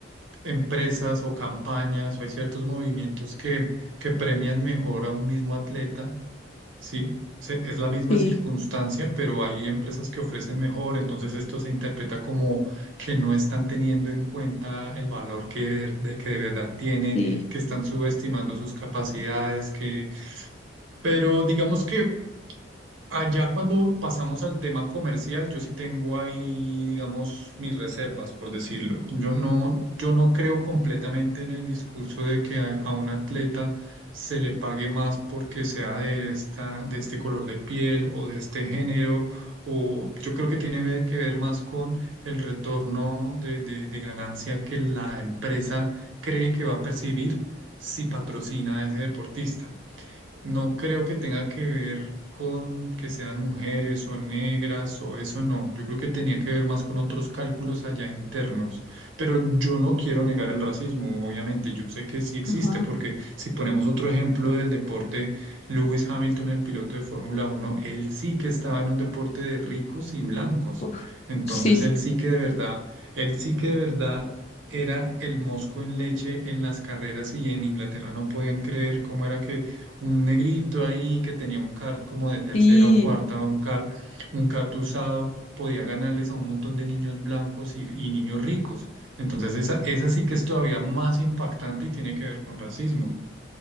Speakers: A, on the right; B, on the left.
A: empresas o campañas o hay ciertos movimientos que, que premian mejor a un mismo atleta, ¿sí? Se- es la misma
B: Sí,
A: circunstancia, pero hay empresas que ofrecen mejor, entonces esto se interpreta como que no están teniendo en cuenta el valor que ver- de, que de verdad tiene,
B: sí,
A: que están subestimando sus capacidades, que... Pero digamos que Allá cuando pasamos al tema comercial, yo sí tengo ahí, digamos, mis reservas, por decirlo. Yo no, yo no creo completamente en el discurso de que a, a un atleta se le pague más porque sea de esta, de este color de piel o de este género, o yo creo que tiene ver- que ver más con el retorno de, de de ganancia que la empresa cree que va a percibir si patrocina a ese deportista. No creo que tenga que ver con que sean mujeres o negras o eso, no. Yo creo que tenía que ver más con otros cálculos allá internos. Pero yo no quiero negar el racismo, obviamente. Yo sé que sí existe,
B: ajá.
A: porque si ponemos otro ejemplo del deporte, Lewis Hamilton, el piloto de Fórmula Uno él sí que estaba en un deporte de ricos y blancos.
B: Uf,
A: Entonces
B: sí,
A: él sí que de verdad, él sí que de verdad era el mosco en leche en las carreras y en Inglaterra no podían creer cómo era que un negrito ahí que tenía un kart como de tercera
B: sí.
A: o cuarta, un kart, un kart usado, podía ganarles a un montón de niños blancos y, y niños ricos. Entonces esa, esa sí que es todavía más impactante y tiene que ver con racismo.